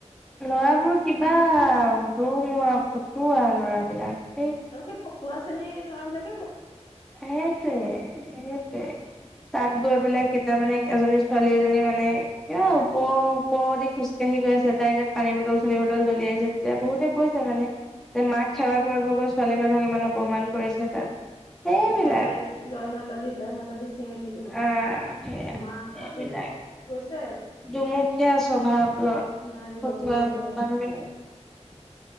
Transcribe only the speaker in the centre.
ল'ৰাবোৰ কিবা, দোঙোৱা-ফটুৱা ল'ৰাবিলাক।
সেইটোৱে-সেইটোৱে। তাত গৈ পেলাই, কেইটা মানে, এজনী ছোৱালী, এজনী মানে, কিবা ওপৰ-ওপৰদি খোজকাঢ়ি গৈ তাই গাত পানী বটল-চানি বটল দলিয়াইছে। তেতিয়া, বহুতে কৈছে মানে, যে,
মাক সেৱা কৰিব গৈ, ছোৱালী মানুহক ইমান অপমান কৰিছে তাত। সেইবিলাক
আহ সেয়া
এইবিলাক
দুমুখীয়া স্বভাৱ ল <inaudible>
ফটুৱা
মানুহবিলাক